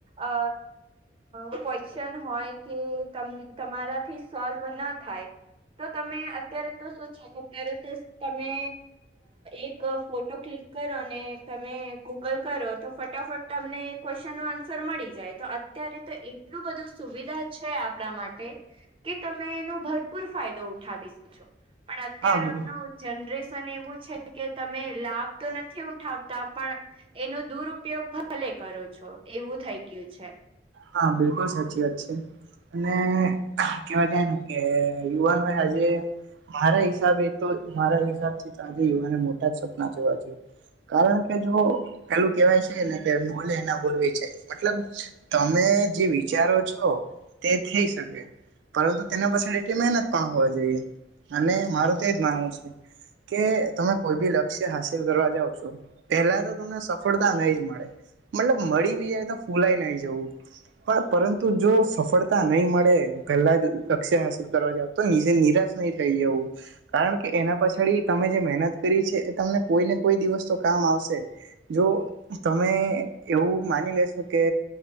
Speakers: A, on the right; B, on the right.
A: અ અ ક્વેશ્ચન હોય કે તમારાથી સોલ્વ ના થાય. તો તમે અત્યારે તો શું છે કે અત્યારે તો તમે એક ફો તો ક્લિક કરો ને તમે ગૂગલ કરો તો ફટાફટ તમને ક્વેશ્ચનનો આન્સર મળી જાય તો અત્યારે તો એટલું બધું સુવિધા છે આપણા માટે. કે તમે એનો ભરપૂર ફાયદો ઉઠાવી શ છો. પણ અત્યાર
B: હા બોલો
A: ન જનરેશન એવું છે કે તમે લાભ તો નથી ઉઠાવતા પણ એનો દુરુપયોગ ભલે કરો છો એવું થઈ ગયું છે.
B: હા બિલકુલ સાચી વાત છે. અને કેવા જાય ને કે યુવાન હોય આજે મારા હિસાબે તો મારા હિસાબથી તો આજે યુવાને મોટા જ સપના જોવા જોઈએ. કારણ કે જો પેલું કેવાય છે ને કે બોલે એના બોર વેચાય જાય, મતલબ તમે જે વિચારો છો, તે થઈ શકે. પરંતુ તેના પછ એટલી મહેનત પણ હોવી જોઈએ, અને મારું તો એજ માનવું છે. કે તમે કોઈ બી લક્ષ્ય હાસિલ કરવા જાાવ છો. પેલા તો તમને સફળતા નઈ જ મળે મતલબ મળી બી જાય તો ફૂલાય નહી જવું. પણ પરંતુ જો સફળતા નહી મળે પહેલા જ લક્ષ્ય હાસિલ કરવા જાવ તો નિરાશ નહી થઈ જવું. કારણ કે એના પછાડી તમે જે મહેનત કરી છે એ તમને કોઈને કોઈ દિવસ તો કામ આવશે જ જો તમે એવું માની લેશો કે